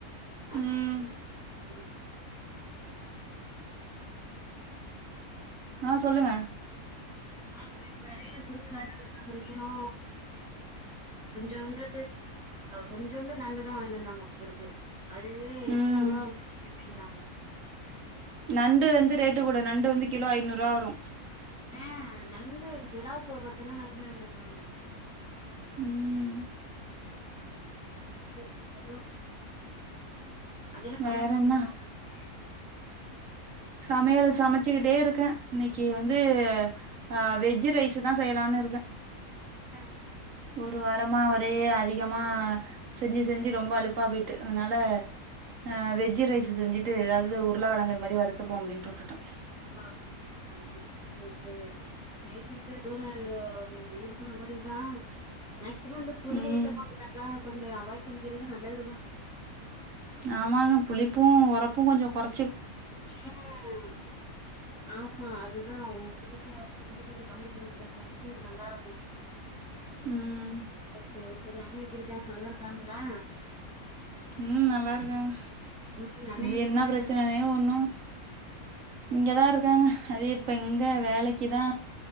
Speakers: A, in the centre; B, on the right.
A: <unintelligible>
B: ம்
A: மீனு <inaudible>
B: ஆ சொல்லுங்க
A: அப்பவே இவ்ளோ இடையில <unintelligible> மீனு கொஞ்சோண்டு கொஞ்சண்டு நண்டுதா வாங்கிட்டுவந்தாங்க போலிருக்கு அதுவே எட்நூறு
B: ம்
A: ரூபா வந்துச்சு அப்டின்னங்க
B: நண்டு வந்து ரேட்டு கூட நண்டு வந்து கிலோ ஐநூறு ரூபா வரு
A: ம் நண்டு நிலாவுக்கு மட்டுதா நண்டு வாங்கிட்டு வந்தாங்க
B: ம்
A: சேரி அப்பறோ அது என்ன
B: வேற
A: சமையல்ல ஆயிடுச்சா
B: என்ன
A: உங்களுக்கு
B: சமையல் சமைச்சுக்கிட்டே இருக்க இன்னைக்கு வந்து ஆ வெஜ் ரைஸ் தா செய்யலானு இருக்க
A: ம்
B: ஒரு வாரமா ஒரே அதிகமாக செஞ்சு செஞ்சு ரொம்ப அழுப்பாக போயிட்டு அதனால ஹ வெஜ் ரைஸ் செஞ்சுட்டு எதாவது உருளக்கழங்கு அது மாரி வருறுத்துப்போ அப்டின்னுட்டு உட்டுட்ட
A: ஓ அப்படியா சேரி சேரி <unintelligible> <unintelligible> வெயிலுக்கு நல்லதுதா மேக்ஸிமம் இந்த புளி
B: ம்
A: ஐட்டம <unintelligible> கொஞ்ச அவாய்ட் பண்ணிக்கிறது நல்லதுதா
B: ஆமாங்க புளிப்பும் உரப்பும் கொஞ்ச குற
A: ம் ஆமா அதுதா ம் புள்ளிப்ப ஓர போய் மட்டு கொஞ்ச கம்மி பண்ணிக்கிட்டோம்னாக கொஞ்ச நல்லாருக்கு
B: ம்
A: சேரி சேரி அந் வீட்ல எப்டிருக்காங்க நல்லாருக்காங்களா
B: ம் நல்லாருக்காங்க
A: ம் அண்ணே
B: இது என்ன
A: எங்க
B: பிரச்சனனே ஒண்ணு இங்கதா இருக்காங்க அது இப்ப இங்க வேலைக்குதா